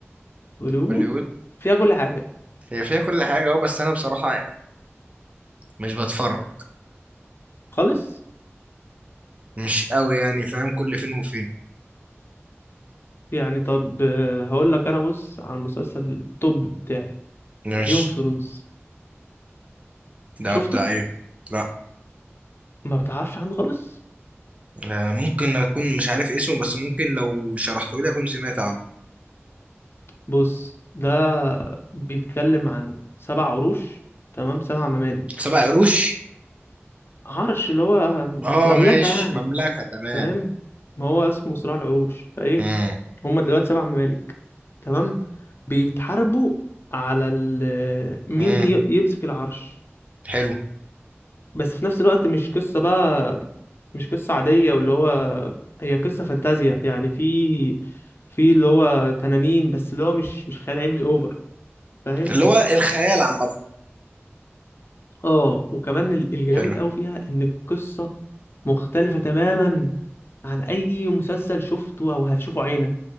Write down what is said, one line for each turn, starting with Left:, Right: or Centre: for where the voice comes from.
Right: <laughs>
Left: هوليوود
Right: هوليوود
Left: فيها كل حاجة
Right: هي فيها كل حاجه اه بس انا بصراحه يعني مش بتفرج
Left: خالص
Right: مش قوي يعني فاهم كل فين وفين
Left: يعني طب آه، هقول لك أنا بص على المسلسل التوب بتاعي
Right: ماشي
Left: جيم اوف ثرونز
Right: ده
Left: شفته
Right: بتاع ايه لا
Left: ما بتعرفش عنه خالص
Right: آه، ممكن اكون مش عارف اسمه بس ممكن لو شرحته لي اكون سمعت عنه
Left: بص ده بيتكلم عن سبع عروش تمام سبع ممالك
Right: سبع قروش
Left: عرش اللي هو
Right: اه
Left: مملكة
Right: ماشي
Left: يعني
Right: مملكة تمام
Left: فاهم ما هو اسمه صراع العروش فايه
Right: امم
Left: هم دلوقتي سبع ممالك تمام بيتحاربوا على ال... مين
Right: امم
Left: ي- يمسك العرش
Right: حلو
Left: بس في نفس الوقت مش قصة بقى مش قصة عادية واللي هو هي قصة فانتازيا يعني في في اللي هو تنانين بس اللي هو مش مش خيال علمي اوفر فاهم
Right: اللي هو الخيال عامة
Left: اه وكمان ال- الجامد
Right: حلو
Left: قوي فيها ان القصة مختلفة تماما عن اي مسلسل شفته او هتشوفه عينك